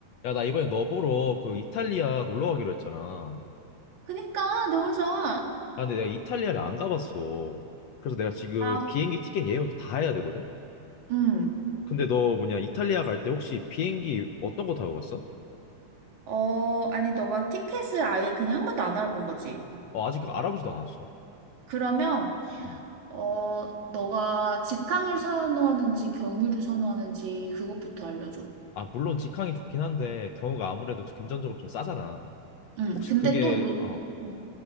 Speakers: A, on the left (about 65°); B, on the right (about 65°).
A: 야, 나 이번에 너 보러 그 이탈리아 놀러 가기로 했잖아.
B: 그니까 너무 좋아.
A: 아, 근데 내가 이탈리아를 안 가봤어. 그래서 내가 지금
B: 아,
A: 비행기 티켓 예매부터 다 해야 되거든?
B: 음.
A: 근데 너 뭐냐, 이탈리아 갈 때 혹시 비행기 어떤 거 타고 갔어?
B: 어, 아니, 너가 티켓을 아예 그냥 한 번도 안 알아본 거지.
A: 어, 아직 알아보지도 않았어.
B: 그러면,
A: 음.
B: 어, 너가 직항을 선호하는지 경유를 선호하는지 그것부터 알려줘.
A: 아, 물론 직항이 좋긴 한데, 경우가 아무래도 금전적으로 좀 싸잖아.
B: 음,
A: 혹시
B: 근데
A: 그게,
B: 또 요,
A: 어,
B: 어,